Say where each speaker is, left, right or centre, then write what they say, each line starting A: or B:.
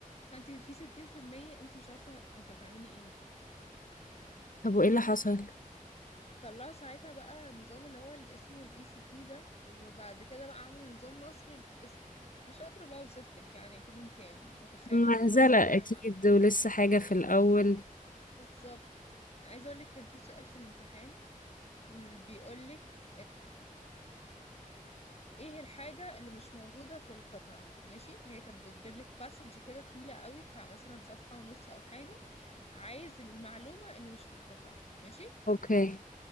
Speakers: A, on the left (about 45°); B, on the left (about 70°).
A: فانتي في ستين في المية انتي مش عارفة انتي هتعملي ايه
B: طب وايه اللي حصل
A: طلعوا ساعتها بقى نظام اللي هو اللي اسمه الاي سي تي ده وبعد كده بقى عملوا نظام مصري الاي اس تي مش هقدر بقى اوصف لك يعني اكيد انتي متخيلة
B: مهزلة
A: حاجة مصرية
B: اكيد
A: مع
B: ولسه حاجة في الاول
A: بالظبط عايزة اقول لك كان في سؤال في الامتحان بيقول لك ايه الحاجة اللي مش موجودة في القطعة ماشي هي كانت بتجيلك باسج كده طويلة قوي بتاع مثلا صفحة ونص او حاجة عايز المعلومة اللي مش في القطعة ماشي
B: اوكي